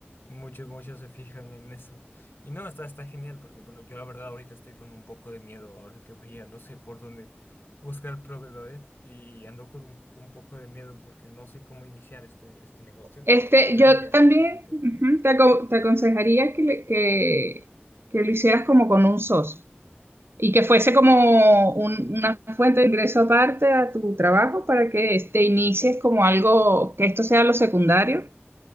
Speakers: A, on the left (about 60°); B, on the right (about 70°).
A: muchos, muchos se fijan en eso. Y no, está, está genial porque, bueno, yo la verdad ahorita estoy con un poco de miedo. Ahora que vaya, no sé por dónde buscar proveedores. Y ando con un, un poco de miedo porque no sé cómo iniciar este, este negocio.
B: Este,
A: Pero
B: yo
A: ya
B: también
A: necesito.
B: ujú, te, aco- te aconsejaría que, le- que, que lo hicieras como con un socio y que fuese como un- una fuente de ingreso aparte a tu trabajo para que te inicies como algo, que esto sea lo secundario